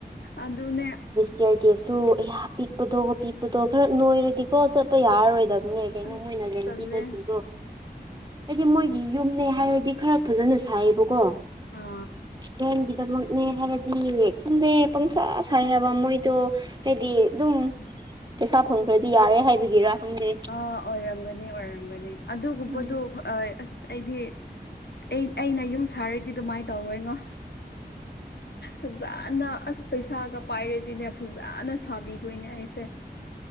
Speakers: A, on the left; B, on the right.
A: ꯑꯗꯨꯅꯦ
B: ꯇꯌꯔ ꯒꯦꯁꯁꯨ ꯑꯩꯌꯥ ꯄꯤꯛꯄꯗꯣ ꯄꯤꯛꯄꯗꯣ ꯈꯔ ꯅꯣꯏꯔꯗꯤꯀꯣ ꯆꯠꯄ ꯌꯥꯔꯔꯣꯏꯗꯕꯅꯦ
A: ꯑꯁ
B: ꯀꯉꯝ ꯑꯣꯏꯅ ꯔꯦꯟꯕꯤꯕꯁꯤꯡꯗꯣ
A: ꯇꯜꯂꯦ
B: ꯏꯗꯤ ꯃꯣꯏꯒꯤ ꯌꯨꯝꯅꯦ ꯍꯥꯏꯔꯗꯤ ꯈꯔ ꯐꯖꯅ ꯁꯥꯏꯌꯦꯕꯀꯣ
A: ꯑꯥ
B: ꯂꯣꯟꯒꯤꯗꯃꯛ ꯅꯦ ꯍꯥꯏꯔꯥꯗꯤ ꯈꯪꯗꯦ ꯄꯪꯁꯥ ꯁꯥꯏ ꯍꯥꯏꯕ ꯃꯣꯏꯗꯣ ꯍꯥꯏꯗꯤ ꯗꯨꯝ ꯄꯩꯁꯥ ꯐꯪꯈ꯭ꯔꯗꯤ ꯌꯥꯔꯦ ꯍꯥꯏꯕꯒꯤꯔ ꯍꯪꯗꯦ
A: ꯑꯥ ꯑꯣꯏꯔꯝꯒꯅꯤ ꯑꯣꯏꯔꯝꯒꯅꯤ ꯑꯗꯨꯒꯨꯝꯕꯗꯨ
B: ꯎꯝ
A: ꯑꯁ ꯑꯩꯗꯤ ꯑꯩꯅ ꯌꯨꯝ ꯁꯥꯔꯗꯤ ꯗꯨꯃꯥꯏ ꯇꯧꯔꯣꯏ ꯉꯣ ꯐꯖꯅ ꯑꯁ ꯄꯩꯁꯥꯒ ꯄꯥꯏꯔꯗꯤꯅꯦ ꯐꯖꯅ ꯁꯥꯕꯤꯗꯣꯏꯅꯦ ꯑꯩꯁꯦ